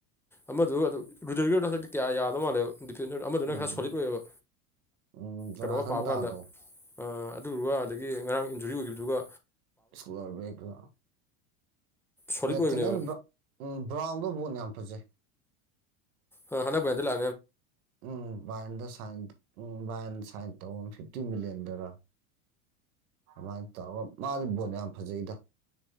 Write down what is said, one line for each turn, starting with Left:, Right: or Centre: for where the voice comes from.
Centre: ꯑꯃꯗꯨꯒ ꯑꯗꯨ ꯔꯨꯗꯗꯣ ꯍꯟꯗꯛꯇꯤ ꯀꯌꯥ ꯌꯥꯗꯧ ꯃꯥꯜꯂꯦꯕ ꯗꯤꯐꯦꯟꯗꯔ ꯑꯃꯗꯨꯅ
Right: ꯎꯝ
Centre: ꯈꯔ ꯁꯣꯂꯤꯠ ꯑꯣꯏꯌꯦꯕ
Right: ꯎꯝ ꯖꯣꯅꯥꯊꯟ
Centre: ꯀꯩꯅꯣꯝꯃ ꯄꯥꯕ
Right: ꯇꯥꯗꯣ
Centre: ꯀꯥꯟꯗ ꯑ ꯑꯗꯨꯔꯒ ꯑꯗꯒꯤ ꯉꯔꯥꯡ ꯏꯟꯖꯨꯔꯤ ꯑꯣꯏꯈꯤꯕꯥ ꯑꯗꯨꯒ
Right: ꯁ꯭ꯀꯨꯜꯔꯕꯦꯛꯒ
Centre: ꯁꯣꯂꯤꯠ ꯑꯣꯏꯕꯅꯦꯕ
Right: ꯊꯅ ꯎ ꯕꯥꯎꯗ ꯅ <unintelligible> ꯐꯖꯩ
Centre: ꯑ ꯍꯥꯟꯅꯟꯗ ꯂꯦ
Right: ꯎꯝ <unintelligible> ꯏꯗꯣ ꯁꯥꯏ ꯎꯝ ꯃꯥꯅ ꯁꯥꯏꯟ ꯇꯧꯕꯔ ꯐꯤꯐꯇꯤ ꯃꯤꯂꯤꯌꯟꯗꯔ ꯑꯗꯨꯃꯥꯏꯅ ꯇꯧꯔ ꯃꯥꯗꯤ ꯕꯣꯜ ꯌꯥꯝ ꯐꯖꯩꯗ